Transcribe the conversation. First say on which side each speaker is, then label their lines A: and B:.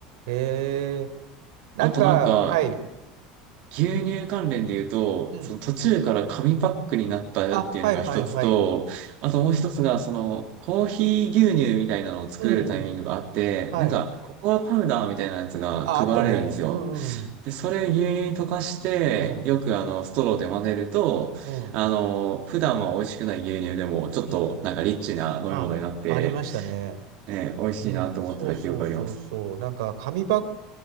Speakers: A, on the right (about 85°); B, on the right (about 45°).
A: え。なんか、
B: あとなんか、
A: はい。
B: 牛乳関連で言うと、
A: うん。
B: その途中から紙パックになったっていうのが一つと、
A: あ、はいはいはい。
B: あともう一つが、その、コーヒー牛乳みたいなのを作れるタイミングがあって、
A: うんうん。はい。
B: なんか、ココアパウダーみたいなやつが配られるんですよ。
A: あ、あったね。うんうん。
B: で、それを牛乳に溶かして、
A: うん。
B: よくあの、ストローで混ぜると、
A: うん。
B: あの、普段は美味しくない牛乳でも、ちょっとなんかリッチな飲み物になって、
A: うん。あ、ありましたね。
B: ね、美味しいなと思ってた記憶があります。
A: うん。そうそうそうそう。なんか、紙パッ